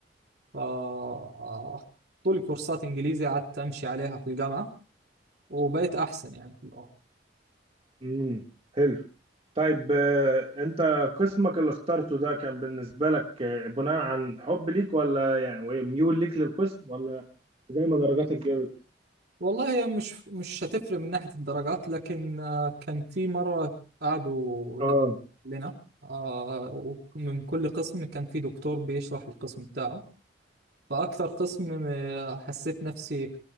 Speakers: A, on the right; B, on the right.
A: ف- آه، طول كورسات إنجليزي قعدت أمشي عليها في الجامعة وبقيت أحسن يعني في اللغة
B: امم حلو طيب آه، أنت قسمك اللي اخترته ده كان بالنسبة لك آه، بناء عن حب ليك ولا يعني ميول ليك للقسم ولا زي ما درجاتك جابت؟
A: والله هي مش مش هتفرق من ناحية الدرجات لكن آه، كان في مرة قعدوا
B: اه
A: لم- لنا آه، ومن كل قسم كان في دكتور بيشرح القسم بتاعه فأكتر قسم آه، حسيت نفسي